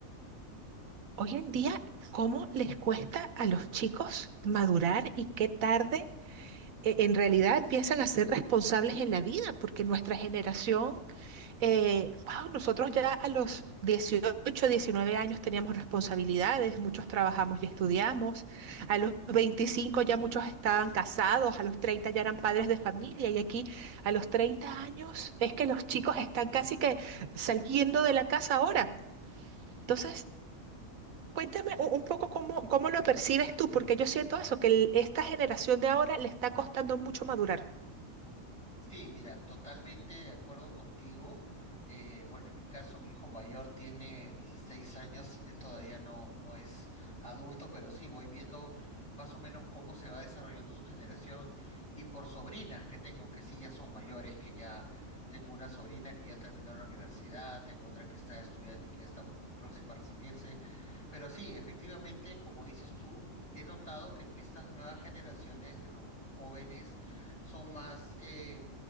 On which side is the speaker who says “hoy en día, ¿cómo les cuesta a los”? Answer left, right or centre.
Right